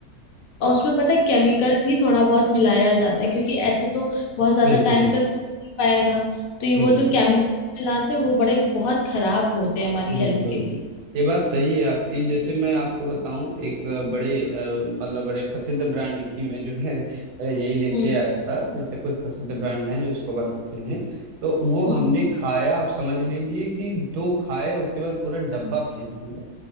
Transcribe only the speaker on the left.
और उसमें पता है केमिकल भी थोड़ा बहुत मिलाया जाता है क्योंकि ऐसे तो बहुत ज्यादा
टाइम तक नहीं पाएगा तो ये
वो जो केमिकल्स मिलाते हैं वो बड़े बहुत खराब होते हैं हमारी
हेल्थ के लिए
हम्म
हम्म